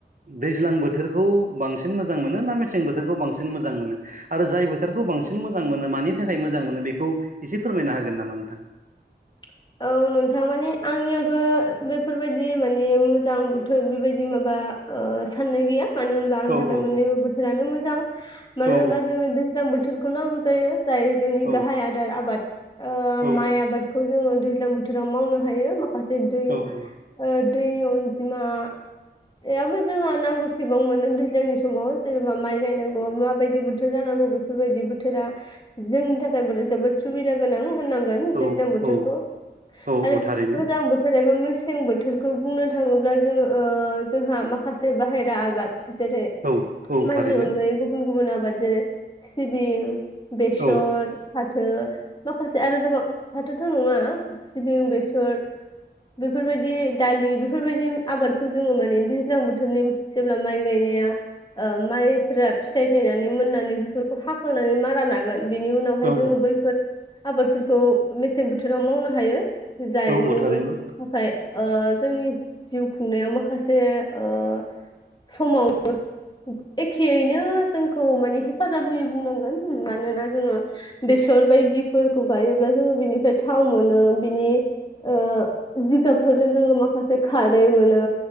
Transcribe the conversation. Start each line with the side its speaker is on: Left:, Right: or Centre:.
Right: दैज्लां बोथोरखौ बांसिन मोजां मोनो ना मेसें बोथोरखौ बांसिन मोजां मोनो? आरो जाय बोथारखौ बांसिन मोजां मोनो मानि थाखाय मोजां मोनो बेखौ एसे फोरमायना होगोन नामा नोंथां?
Left: <inaudible> औ नोंथां माने आंनियावथ' बेफोरबायदि माने मोजां बोथोर बेबायदि माबा बा ओ साननाय गैया। मानो होनबा आंनि
Right: औ
Left: थाखाय
Right: औ
Left: मोननैबो बोथोरानो मोजां मानो
Right: औ
Left: होनबा जोंनो दैज्लां बोथोरखौ नांगौ जायो। जाय जोंनि
Right: औ
Left: गाहाय आदार आबाद ओ
Right: औ
Left: माइ आबादखौ जोङो दैज्लां बोथोराव मावनो हायो माखासे दै
Right: औ
Left: ओ दैनि अनजिमायाबो जोंहा नांगौसेबां मोनो दैज्लांनि समाव। जेनेबा माइ गायनांगौआव माबायदि बोथोर जानांगौ बेफोरबायदि बोथोरा जोंनि थाखाय जोबोद सुबिदा गोनां। होननांगोन
Right: औ
Left: दैज्लां बोथोरखौ
Right: औ औ
Left: आरो
Right: थारैनो
Left: गोजां बोथोर एबा‌ मे सें बोथोरखौ बुंनो थांङोब्ला जोङो ओ जों माखासे बाहेरा आबाद जेरै
Right: औ औ
Left: माइनि
Right: थारैनो
Left: अनगायै गुबुन गुबुन आबाद जेरै सिबिं बेसर
Right: औ
Left: फाथो माखासे आरो गोबां फाथो थ' नंङा सिबिं बेसर बेफोरबायदि दालि बेफोरबायदि आबादखौ जोङो माने दैज्लां बोथोरनि जेब्ला माइ गायनाया ओ माइफोरा फिथाइ थायनानै मोननानै बेफोरखौ हाखांनानै मारा नागोन बेनि उनावहाय
Right: औ
Left: जोङो बैफोर आबादफोरखौ मेसें बोथोराव मावनो हायो। जाय
Right: औ
Left: जोंनि
Right: थारैनो
Left: थाखाय ओ जोंनि जिउ खुंनायाव माखासे ओ समावबो एखेयैनो जोंखौ माने हेफाजाब होयो बुंनांगोन मानोना जोङो बेस सर बायदिफोरखौ गायोब्ला जोङो बिनिफ्राय थाव मोनो बिनि ओ जिगाबफोरजों जोङो माखासे खारै मोनो